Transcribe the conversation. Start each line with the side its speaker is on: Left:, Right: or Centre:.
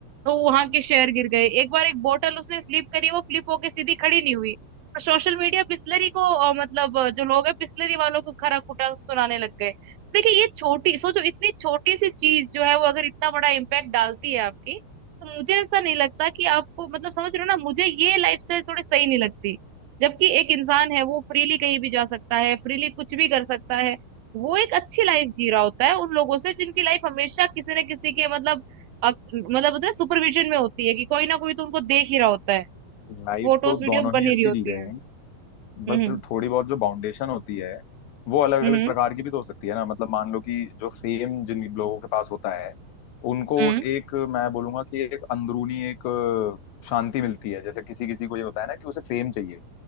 Right: तो वहां के शेयर गिर गए एक बार एक बोतल उसने फ्लिप करी वो फ्लिप होके सीधी खड़ी नहीं हुई सोशल मीडिया पिस्लरी को अ, मतलब अ, जो लोग है पिस्लरी वालों को खरा खुटा सुनाने लग गए देखिए ये छोटी सोचो इतनी छोटी सी चीज जो है वो अगर इतना बड़ा इम्पैक्ट डालती है आपकी तो मुझे ऐसा नहीं लगता कि आपको मतलब समझ रहे हो ना मुझे ये लाइफस्टाइल थोड़ी सही नहीं लगती जबकि एक इंसान है वो फ्रीली कहीं भी जा सकता है फ्रीली कुछ भी कर सकता है वो एक अच्छी लाइफ जी रहा होता है उन लोगों से जिनकी लाइफ हमेशा किसी न किसी के मतलब अप, मतलब होता है सुपरविजन में होती है कि कोई ना कोई तो उनको देख ही रहा होता है
Left: लाइफ
Right: फोटोज
Left: तो
Right: वीडियोस
Left: दोनों
Right: बनी
Left: ही अच्छी
Right: रही होती
Left: जी रहे
Right: है
Left: हैं
Right: हम्म
Left: बट थोड़ी बहुत जो बाउंडेशन होती है वो अलग
Right: हम्म
Left: अलग प्रकार की भी तो हो सकती है ना मतलब मान लो कि जो फेम जिन लोगों के पास होता है उनको
Right: हम्म
Left: एक मैं बोलूंगा कि एक अंदरूनी एक अ, शांति मिलती है जैसे किसी किसी को ये होता है ना कि उसे फेम चाहिए